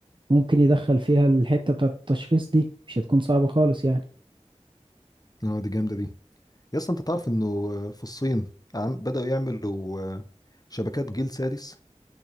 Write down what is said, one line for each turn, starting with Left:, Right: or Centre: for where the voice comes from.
Right: ممكن يدخل فيها الحتة بتاعة التشخيص دي مش هتكون صعبة خالص يعني
Left: اه دي جامدة دي يا اسطى انت تعرف انه آه، في الصين عم بدأوا يعملوا آه، شبكات جيل سادس